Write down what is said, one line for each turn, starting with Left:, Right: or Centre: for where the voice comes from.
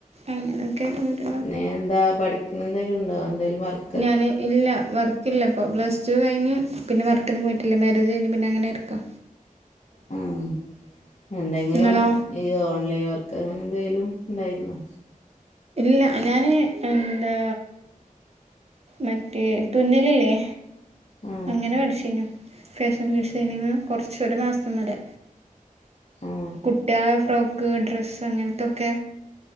Right: അങ്ങനെയൊക്കെ അങ്ങൊട്
Left: നീ എന്താ പഠിക്കണെന്തേലും ഉണ്ടോ? എന്തേലും വർക്ക്‌
Right: ഞാന് ഇല്ല, വർക്കില്ല പ്പൊ പ്ലസ് ടു കഴിഞ്ഞ് പിന്നെ വർക്ക്‌ന് പോയിട്ടില്ല, മാരേജ് കയിഞ്ഞ് പിന്നെ അങ്ങനയിരിക്കാ.
Left: ആഹ് എന്തെങ്കിലും
Right: ഇങ്ങളോ
Left: ഈ ഓൺലൈൻ വർക്ക് അങ്ങനെ എന്തെലും ഉണ്ടായിരുന്നോ?
Right: ഇല്ല ഞാന് എന്താ മറ്റേ തുന്നലില്ലേ
Left: ആ
Right: അങ്ങനെ പഠിച്ചീനു, ഫാഷൻ ഡിസൈനിങ് കൊറച്ചൊരു മാസം വരെ.
Left: ആ
Right: കുട്ടികളെ ഫ്രോക്ക്, ഡ്രസ്സ് അങ്ങനത്തൊക്കെ